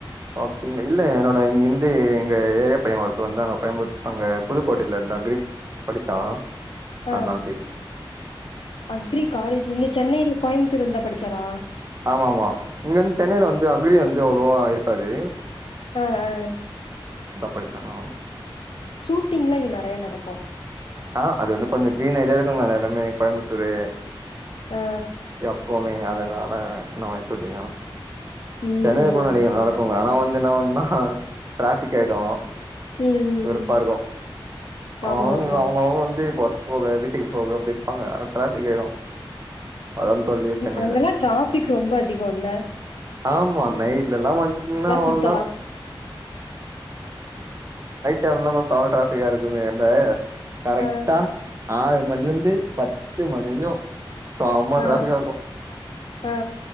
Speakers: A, on the right; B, on the left.
A: அப்டின் இல்ல என்னோட இங்கிந்து எங்க ஏரியா பைய ஒருத்த வந்து அங்க கோயம்புத் அங்க புதுக்கோட்டைலந் அக்ரி படிச்சா
B: அஹ்
A: அதனால கேக்
B: அக்ரி காலேஜ் இங்க சென்னையில கோயம்புத்தூர் வந்துந்தா படிச்சாரா
A: ஆமா ஆமா இங்க வந்து சென்னையில வந்து அக்ரி வந்து அவ்ளவா இருக்காது
B: ஹ் ஹ்
A: படிச்சான் ஆ
B: ஷூட்டிங்லாம் இங்க நிறைய நடக்கும்
A: ஆஹ் அது வந்து கொஞ்சம் கிரீன் ஏரியா இருக்குங்க அ எல்லாமே கோயம்புத்தூரு
B: ஆ
A: எப்பவுமே அதனால நம்ம சூட்டிங் நடக்கும்
B: ம்
A: சென்னையில கூட இங்க
B: ஆமா
A: நடக்குங்க ஆனா வந்து என்னன்னா டிராபிக் ஆயிடும்
B: ம் ம்
A: வெருப்பா இருக்கும் அவங்க
B: ஆமா ஆமா
A: அவங்க அவங்க வந்து போக வீட்டுக்கு போக அப்படி இருப்பாங்க ஆனா ட்ராபிக் ஆயிடும் அதான் தொல்லையே சென்னையில
B: அங்கெல்லாம் டிராபிக் ரொம்ப அதிகம் இல்ல
A: ஆமா நைட்ல எல்லாம் வந்துட்டீன்னா அவ்வளவுதான்
B: சுத்தலா
A: டைம்ல செம டிராபிக்கா இருக்குமே கரெக்டா
B: ஆ
A: ஆறு மணில இருந்து பத்து மணி வரைக்கும் பா
B: ஆ
A: இருக்கும்
B: ஆ ஆ